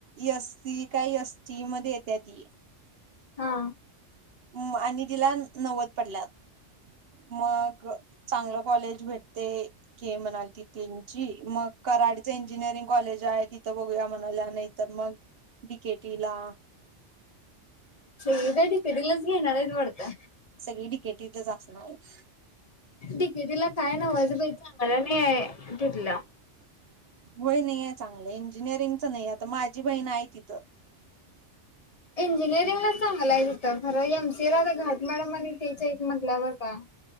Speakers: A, on the right (about 55°); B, on the left (about 35°).
A: एस सी काय एस टी मध्ये येत्या ती.
B: हा.
A: म आणि तिला नव्वद पडल्यात मग चांगलं कॉलेज भेटते की म्हणाल ती त्यांची मग कराडच इंजिनिअरिंग कॉलेज आहे तिथं बघूया म्हणाल्या. नाही त तर मग डी के टी ला.
B: सगळी काय डि के टी लाच घेणार आहेत वाटतं.
A: सगळी डी के टीतच असणार आहेत.
B: डी के टी ला काय नव्हच बई चांगला नाहीयाय तिथलं
A: होय नाही आहे चांगलं इंजिनिअरिंगचं नाही आता माझी बहीण आहे तिथं.
B: इंजिनिअरिंगला चांगलाय तिथं खरं एम सी ए ला आता घाट मॅडम आणि त्येच हायत म्हटल्यावर काय?